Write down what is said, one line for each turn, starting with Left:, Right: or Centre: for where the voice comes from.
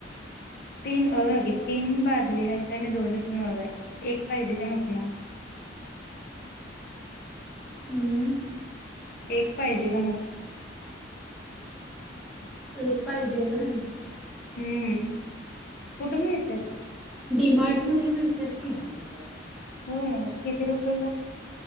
Left: तीन अघा किती तीन बादली आहेत आणि दोनच मग आहे एक पाहिजे का नकमाग
Centre: हम्म
Left: एक पाहिजे का नक
Centre: एक पाहिजे ना
Left: हम्म कुठून येतच
Centre: डडीमार्ट मध्ये मिळतात की हम्
Left: होय किती रुपयला